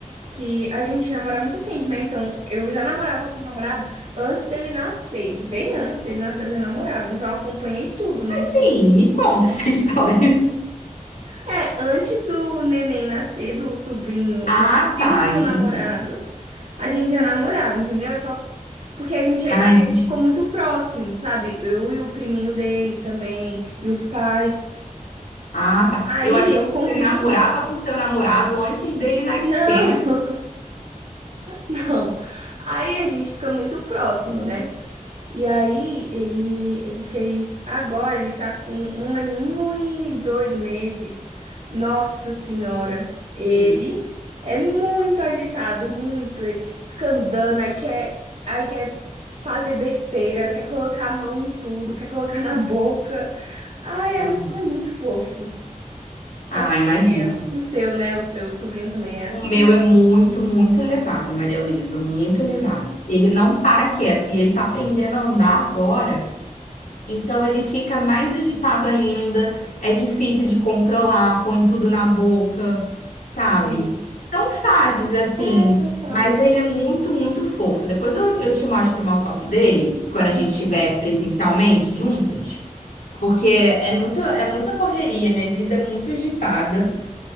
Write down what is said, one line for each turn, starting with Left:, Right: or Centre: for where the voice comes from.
Right: que a gente namora há muito tempo, né? Então, eu já namorava com o namorado antes dele nascer. Bem antes dele nascer, eu já namorava. Então, eu acompanhei tudo, né? Então,
Left: Sim, me conta essa <laughs> história.
Right: é, antes do neném nascer, do sobrinho,
Left: Ah,
Right: não, primo
Left: tá,
Right: do meu
Left: entendi.
Right: namorado, a gente já namorava, entendeu? É só porque a gente, aí
Left: Ah, entendi.
Right: a gente ficou muito próximo, sabe? Eu e o priminho dele também, e os pais.
Left: Ah, tá.
Right: Aí
Left: Eu achei
Right: eu
Left: que
Right: convivo
Left: você namorava
Right: muito.
Left: com seu namorado antes dele nascer.
Right: Não, <laughs> não. Aí a gente fica muito próximo, né? E aí ele ele fez. Agora ele tá com um aninho e dois meses. Nossa senhora, ele
Left: Sim.
Right: é muito agitado, muito. Ele fica andando, aí quer, aí quer fazer besteira, quer colocar a mão em tudo, quer colocar na boca. Ai,
Left: Aham.
Right: é, é muito fofo.
Left: Ah,
Right: A sua
Left: imagino.
Right: também é assim. O seu, né? O seu sobrinho também é assim.
Left: O meu é muito, muito elevado, Maria Luísa, muito elevado. Ele não para quieto e ele tá aprendendo a andar agora. Então ele fica mais agitado
Right: Hum,
Left: ainda, é difícil de controlar, põe tudo na boca, sabe?
Right: Sei.
Left: São fases assim,
Right: É, são fases.
Left: mas ele é muito, muito fofo. Depois eu, eu te mostro uma foto dele, quando a gente
Right: Uhum.
Left: estiver presencialmente juntas, porque é muito, é muita correria, minha vida é muito agitada.